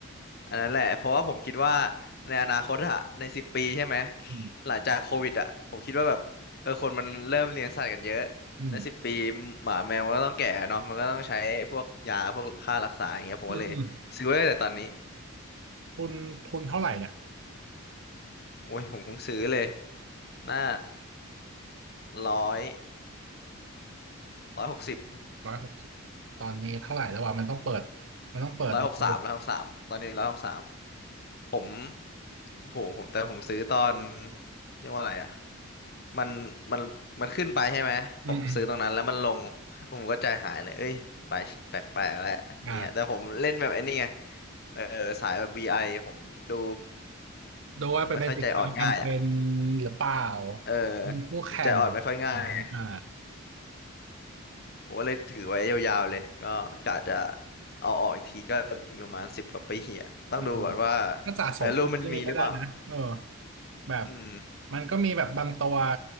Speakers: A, on the left; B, on the right.
A: อันนั้นแหละเพราะว่าผมคิดว่าในอนาคตอะในสิบปีใช่ไหม
B: อืม
A: หลังจากโควิดอะผมคิดว่าแบบเออคนมันเริ่มเลี้ยงสัตว์กันเยอะ
B: อืม
A: ในสิบปีหมาแมวมันก็ต้องแก่เนาะมันก็ต้องใช้พวกยาพวกค่ารักษาอย่างเงี้ยผมก็เลยซื้อไว้ตั้งแต่ตอนนี้
B: อืมอืมทุนทุนเท่าไหร่เนี่ย
A: โอ้ยผมเพิ่งซื้อเลยหน้าร้อยร้อยหกสิบ
B: ร้อยหกสิบตอนนี้เท่าไหร่แล้ววะมันต้องเปิดมันต้องเปิดดู
A: ร้อยหกสามร้อยหกสามตอนนี้ร้อยหกสามผมโอ้โหผมแต่ผมซื้อตอนเรียกว่าอะไรอะ มันมันมันขึ้นไปใช่ไหมผมซื้อตรงนั้นแล้วมันลง
B: อืมอืม
A: <laughs> ผมก็ใจหายเลยเอ้ยไปแปลกๆแล้วอย่างเงี้ยแต่ผมเล่นแบบไอ้นี่ไง
B: อ่า
A: เออสายแบบ VI ผมดู
B: ดูว่าเป็นสินค้าจำเป็น
A: ไม่ค่อยใจอ่อนง่ายอ่ะ
B: หรือเปล่า
A: เออ
B: มีคู่แข่ง
A: ผมใจอ่อนไม่ค่อยง่ายไง
B: ไหมอ่า
A: ผมก็เลยถือไว้ยาวๆเลยก็กะจะเอาออกอีกทีก็อีกประมาณสิบกว่าปีอ่ะต้องดูก่อนว่า
B: อืมก็สะสมไปเรื่อยๆก็ได้นะเออ
A: value มันมีหรือเปล่า
B: แบบ
A: อืม
B: มันก็มีแบบบางตัว